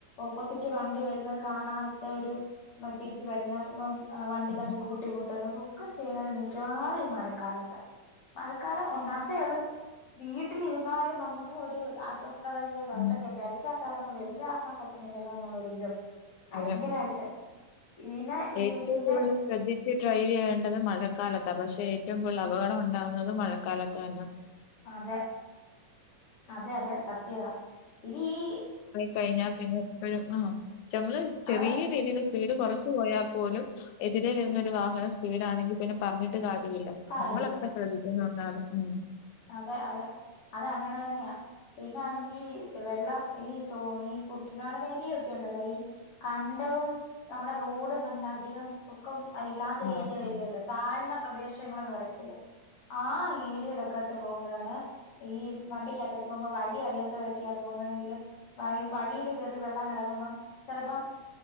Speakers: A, on the left; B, on the left.
A: ഓപ്പോസിറ്റ് വണ്ടി വരു നത് കാണാത്തവരും തിരിച്ച് വരുന്ന <unintelligible> ആ വണ്ടി
B: ഉം,
A: തമ്മി കൂട്ടി മുട്ടി കിട്ടുന്നതും ഒക്കെ ചെയ്യ്ണത് മിക്കവാറും ഈ മഴക്കാലത്ത മഴക്കാലം ഒന്നാത്തെ അത് വീട്ടിലിരുന്നാലും നമുക്ക് ഒരു അസ്വസ്ഥ <unintelligible> <unintelligible>
B: ഉം.
A: വെളിയില ഇറങ്ങാൻ പറ്റുന്നില്ലല്ലോ എന്നുള്ളൊ ഒരിതും ഭയങ്കരായിട്ട്
B: അതെ.
A: പിന്നെ ഈ
B: ഏറ്റവും
A: പിന്നെ
B: കൂടുതൽ ശ്രദ്ധിച്ച് ഡ്രൈവ് ചെയ്യേണ്ടത് മഴക്കാലത്ത് ത പക്ഷെ ഏവും കൂട്തൽപകട
A: ഉം
B: ഉണ്ടാവു തും മഴക്കാലത്ത് തന്ന
A: അതെ അതെ അതെ സത്യ ഇത് ഈ
B: കഴിഞ്ഞാ പിന്നെ എപ്പോഴും ആ നമ്മള് ചെറിയ
A: ആ
B: രീതിയില് സ്പീട് കുറച്ച് പോയാൽ പോലും എതിരെ വരുന്നരു
A: അതെ
B: വാഹനം വീടാണെങ്കി പിന്നെ പറഞ്ഞിട്ട് കാ <unintelligible>
A: കാര്യമില്ല
B: നമ്മളെത്ര ശ്രമിക്കുന്നു അ അത്‌ ഉം
A: അതെ അതെ അത അങ്ങനെ തന്നെയാ പിന്നാണെങ്കി വെള്ളം ഈ ത ഈ കുട്ടനാടം ഏരിയൊക്കെ ഉണ്ടല്ലോ ഈ കണ്ടവും നമ്മുടെ റോഡും തമ്മിൽ അധികം പൊക്കം ഇല്ലാത്ത
B: ആഹ്
A: ഏരിയ വരുവല്ലോ
B: ഉം
A: താഴ്ന്ന പ്രദേശങ്ങളന്ന് പറയത്തില്ലേ ആഹ് ഏരിയയുടെക്കെ പോകുമ്പോഴാണ് ഈ വണ്ടിക്കത്തൊക്കെ പോകുമ്പോ വഴി അറിയാത്തവരൊക്കെയ പോകുന്നതെങ്കില് വഴ വഴിയിൽ കേറി വെള്ളം കിടക്കുമ്പം ചിലപ്പോം